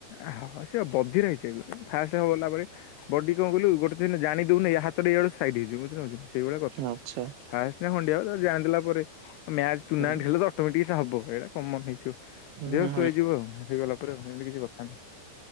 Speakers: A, on the left; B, on the right.
A: ଆହୋ ସେଏ ବଧିର ହେଇଛି ଫାସ୍ ହବଲା ପରେ ବଡି କଣ କିଲୁ ଗୋଟେ ଦିନ ଜାଣିଦେବୁନା ଏଇଆଡ ସାଇଡ୍ ହେଇଯିବୁ ସେଭଳି କଥା।
B: ଆଚ୍ଛା
A: ଫାଷ୍ଟ ନା ଖ ଯାଣି ଦେଲା ପରେ ମ୍ୟାଚ୍ ଟୁର୍ଣ୍ଣାମେଣ୍ଟ
B: ହୁଁ
A: ହେଲେ ତ ଅଟୋମେଟିକ ହବ ଏଇଟା କମନ ହେଇଯିବ।
B: ହୁଁ
A: ଦେହ ଶୁଆଇଯିବ ହେଇଗଲାପରେ ଏମିତି କିଛି କଥା ନାହିଁ।